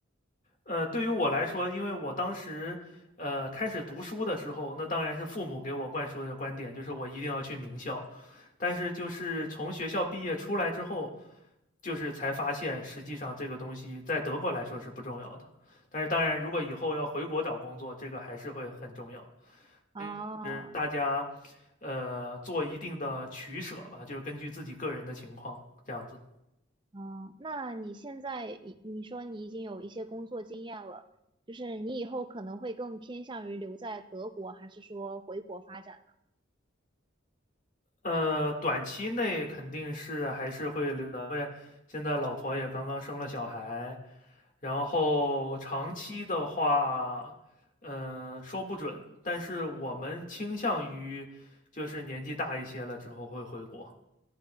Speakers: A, on the left (about 40°); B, on the right (about 25°).
A: 呃，对于我来说，因为我当时呃开始读书的时候，那当然是父母给我灌输的观点，就是我一定要去名校。但是就是从学校毕业出来之后，就是才发现，实际上这个东西在德国来说是不重要的。但是当然，如果以后要回国找工作，这个还是会很重要。
B: 啊，
A: 所以是大家呃做一定的取舍吧，就是根据自己个人的情况这样子。
B: 嗯，那你现在你你说你已经有一些工作经验了，就是你以后可能会更偏向于留在德国，还是说回国发展
A: 呃，短期内肯定是还是会留的，因为现在老婆也刚刚生了小孩，然后长期的话，呃，说不准，但是我们倾向于就是年纪大一些了之后会回国，